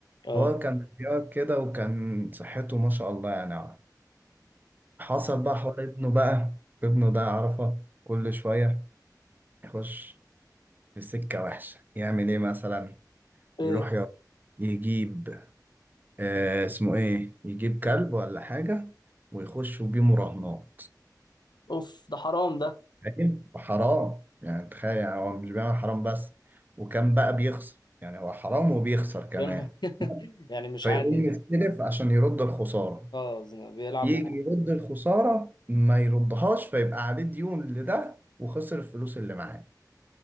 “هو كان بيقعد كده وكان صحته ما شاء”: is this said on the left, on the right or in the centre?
Right